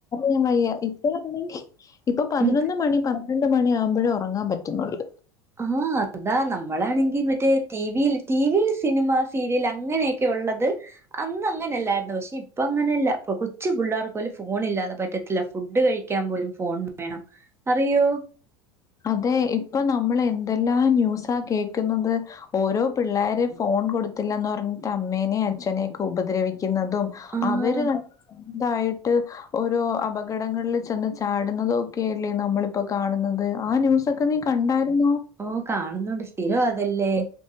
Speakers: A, on the left; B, on the right.
A: ഞൻ വയ്യ ഇപ്പഴാണെങ്കിൽ ഇപ്പൊ പതിനൊന്ന്
B: ഉം
A: മണി പന്ത്രണ്ട് മണി ആകുമ്പോഴേ ഉറങ്ങാൻ പറ്റുന്നുള്ളൂ
B: ആഹ് അതാ നമ്മളാണെങ്കിൽ മറ്റേ ടിവിയിൽ ടിവിൽ സിനിമ സീരിയൽ അങ്ങനെയൊക്കെ ഉള്ളത് അന്ന അങ്ങനെയല്ലായിരുന്നു പക്ഷെ ഇപ്പ അങ്ങനെയല്ല ഇ കൊച്ചു പിള്ളേർക്ക് പോലും ഫോൺ ഇില്ലാതെ പറ്റത്തില്ല ഫുഡ് കഴിക്ക ക്കാൻ പോലും ഫോൺ വേണം അറിയോ
A: അതെ ഇപ്പൊ നമ്മൾ എന്തെല്ലാം ന്യൂസാ കേക്കുന്നത് ഓരോ പിള്ളോര് ഫോൺ കൊടുത്തില്ലന്ന് പറഞ്ഞിട്ട് അമ്മേനേ അച്ഛനെയൊക്കെ ഉപദ്രവിക്കുന്നതും
B: ആഹ്
A: അവര് നല്ല സ്വന്തായിട്ട് ഓരോ അപകടങ്ങളിൽ ചെന്ന് ചാടുന്നത് ഒക്കെല്ലേ നമ്മളിപ്പോ കാണുന്നത്. ആ ന്യൂസൊക്കെ നീ കണ്ടായിരുന്നോ?
B: ഓ കാണുന്നുണ്ട് സ്ഥിരം അതല്ലേ.